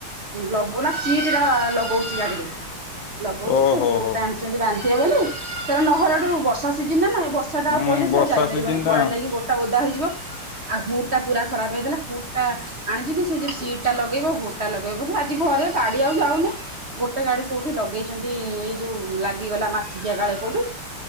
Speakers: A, on the right (about 35°); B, on the left (about 75°).
A: ଲଗଉନା ସିଟରା ଲଗଉଚି ଗାଡିରେ। ଲଗଉଛି
B: ଓହୋ
A: ସେ ହୁଡଟା
B: ହୋ।
A: ଆଣିଛନ୍ତି ବାନ୍ଧିବେ ବୋଲି ସେରା ନହେଲାଠୁ ବର୍ଷା ସିଜନଟାନା ଏ ବଷ ସେଟାଆଉ
B: ହୁଁ
A: ପହିଲେ ସେ
B: ବର୍ଷା
A: ଆଉ ଯାଇପାରିବନି
B: ସିଜିନଟା
A: କୁଆଡେ ନେଇକି ଗୋଟା ଓଦା ହେଇଯିବ। ଆଉ ହୁଡ଼ଟା ପୁରା ଖରାପ ହେଇଥେଲା ହୁଡ଼ଟା ଆଣିଛନ୍ତି ସେ ଯୋଉ ସିଟଟା ଲଗେଇବ ହୁଡଟା ଲଗେଇବ ବୋଲି ଆଜି ଘରେ ଗାଡି ଆଉ ଯାଉନି। ଗୋଟେ ଗାଡି କୋଉଠି ଲଗେଇଛନ୍ତି ଏଇ ଯୋଉ ଲାଗିଗଲା ମାସିକିଆ କାଳେ କୋଉଠି।